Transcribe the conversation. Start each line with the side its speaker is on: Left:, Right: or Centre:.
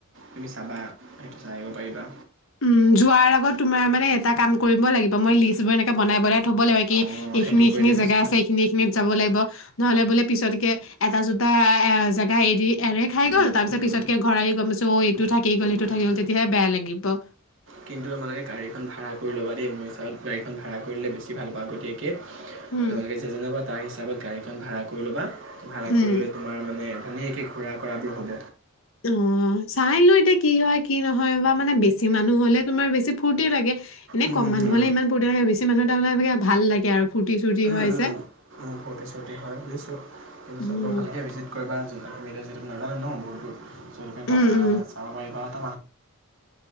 Right: তুমি চাবা? সেইটো চাই আহিব পাৰিবা।
Left: ও', যোৱাৰ আগত তোমাৰ মানে এটা কাম কৰিব লাগিব। মই লিষ্ট বোৰ এনেকে বনাইনাই থ'ব লাগিব। কি
Right: অঁ
Left: এইখিনি
Right: সেইটো
Left: এইখিনি
Right: কৰিলে বেছি
Left: জেগা
Right: ভাল
Left: আছে, এইখিনি এইখিনিত যাব লাগিব নহলে বোলে পিছতকে এটা জোটা এ জেগা এৰি এৰে খাই
Right: উম
Left: গ'ল। তাৰ পিছত
Right: উম
Left: পিছতকে ঘৰ আহি গম পাইছো ও এইটো
Right: উম
Left: থাকি গ'ল
Right: উম
Left: সেইটো
Right: উম
Left: থাকি গ'ল তেতিয়াহে বেয়া লাগিব। ত।
Right: কিন্তু তোমালোকে গাড়ীখন ভাড়া ল'বা দেই। মোৰ হিচাবত গাড়ীখন ভাড়া কৰিলে বেছি ভাল হব, আগতিয়াকে।
Left: উম,
Right: তোমালোকে যিজনে বা <unintelligible> তাৰ পৰা গাড়ীখন ভাড়া কৰি লবা ভাড়া
Left: উম,
Right: কৰি ললে তোমাৰ মানে ধুনীয়াকে ঘূৰা কৰাবোৰ হ'ব।
Left: অ' চাই লওঁ এতিয়া কি হয় কি নহয় বা মানে বেছি মানুহ হলে তোমাৰ বেছি ফুৰ্তি লাগে। এনে
Right: উম
Left: কম
Right: হুম
Left: মানুহ
Right: হুম
Left: হ'লে ইমান ফৰ্তি নালাগে বেছি মানুহ এটা হ'লে তাৰানে ভাল লাগে আৰু। ফূৰ্তি চূৰ্তি
Right: ও, ও,
Left: হয় যে।
Right: ফূৰ্তি চূৰ্তি হয়, বুজিছো কিন্তু
Left: উম,
Right: চববোৰ ভালকে ভিজিট কৰিবা নাজানা ন' মোৰ দুখ। লৈকে
Left: উম,
Right: তাৰপৰা
Left: উম,
Right: চাব পাৰিবা। <unintelligible>